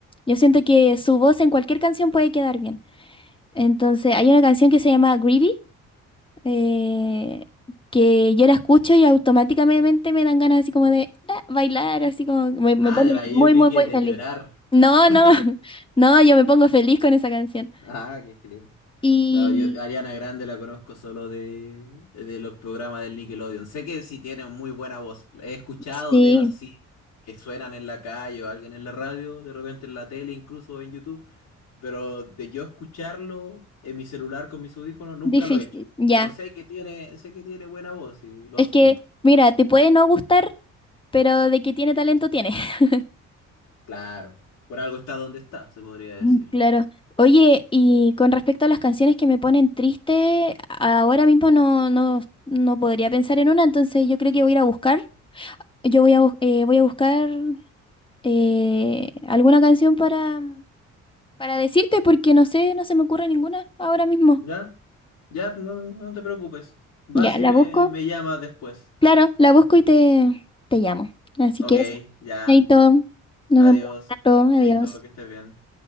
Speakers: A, on the left (about 15°); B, on the left (about 85°).
A: Yo siento que su voz en cualquier canción puede quedar bien. Entonces hay una canción que se llama Greedy eh, que yo la escucho y automáticamente me dan ganas así como de ah, bailar, así como me, me
B: Ah,
A: pone
B: de baile,
A: muy,
B: yo creí
A: muy,
B: que
A: muy
B: de
A: feliz.
B: llorar.
A: No,
B: <laughs>
A: no, <laughs> no, yo me pongo feliz con esa canción.
B: Ah, qué genial.
A: Y
B: No, yo Ariana Grande la conozco solo de, de los programas del Nickelodeon. Sé que sí tiene muy buena voz. He escuchado
A: sí.
B: temas así que suenan en la calle o alguien en la radio, de repente en la tele, incluso en YouTube. Pero de yo escucharlo en mi celular con mis audífonos, nunca
A: Difícil,
B: lo he hecho.
A: ya.
B: Pero sé que tiene, sé que tiene buena voz y lo
A: Es
B: asumo.
A: que, mira, te puede no gustar, pero de que tiene talento tiene. <laughs>
B: Claro, por algo está donde está, se podría decir.
A: Mm, Claro. Oye, y con respecto a las canciones que me ponen triste, ahora mismo no, no, no podría pensar en una, entonces yo creo que voy a ir a buscar. Yo voy a, bus- eh, voy a buscar eh, alguna canción para, para decirte, porque no sé, no se me ocurre ninguna ahora mismo.
B: ¿Ya? Ya, no, no te preocupes. Vas
A: Ya,
B: y
A: la
B: me,
A: busco.
B: me llamas después.
A: Claro, la busco y te, te llamo. Así
B: Ok,
A: que eso.
B: ya.
A: Chaito, nos
B: Adiós.
A: vemos pronto.
B: Chaito,
A: Adiós.
B: que estés bien.